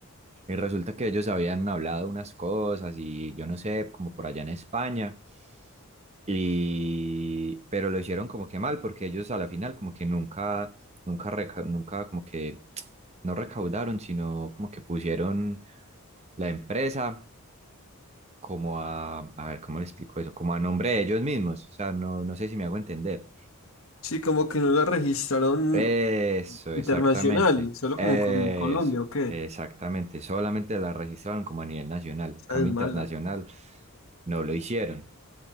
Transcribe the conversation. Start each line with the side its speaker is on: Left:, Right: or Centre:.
Right: Y resulta que ellos habían hablado unas cosas y yo no sé, como por allá en España. Y, pero lo hicieron como que mal, porque ellos a la final como que nunca, nunca, reca- nunca como que <tsk> no recaudaron, sino como que pusieron la empresa como a, a ver, ¿cómo le explico eso? Como a nombre de ellos mismos. O sea, no, no sé si me hago entender.
Left: Sí, como que no la registraron
Right: Eso, exactamente.
Left: internacional, solo
Right: Eso,
Left: como en Col- Colombia, ¿o qué?
Right: exactamente. Solamente la registraron como a nivel nacional. En
Left: Esa
Right: Cambio
Left: es mala.
Right: internacional, no lo hicieron.